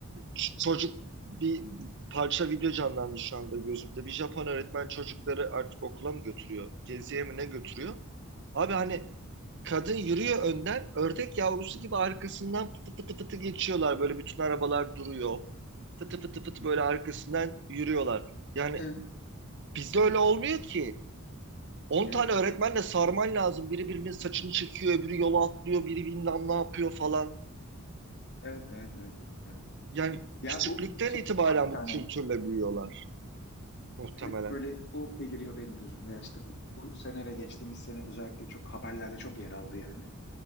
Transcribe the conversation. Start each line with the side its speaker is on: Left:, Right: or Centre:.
Right: ç- çocuk bir parça video canlandı şu anda gözümde. Bir Japon öğretmen çocukları artık okula mı götürüyor? Geziye mi ne götürüyor? Abi hani kadın yürüyor önden ördek yavrusu gibi arkasından fıtı fıtı fıtı geçiyorlar. Böyle bütün arabalar duruyor. Fıtı fıtı fıtı böyle arkasından yürüyorlar. Yani
Left: Hı,
Right: Bizde öyle olmuyor ki. On
Left: evet
Right: tane öğretmenle sarman
Left: evet
Right: lazım. Biri birinin saçını çekiyor, öbürü yola atlıyor, biri bilmem ne yapıyor falan.
Left: evet evet evet. evet.
Right: Yani
Left: Ya
Right: küçüklükten
Left: bu şey
Right: itibaren
Left: var bir tane
Right: bu kültürle büyüyorlar muhtemelen.
Left: hep böyle o beliriyor benim gözümde. Ya işte bu, bu sene ve geçtiğimiz sene özellikle çok haberlerde çok yer aldı yani.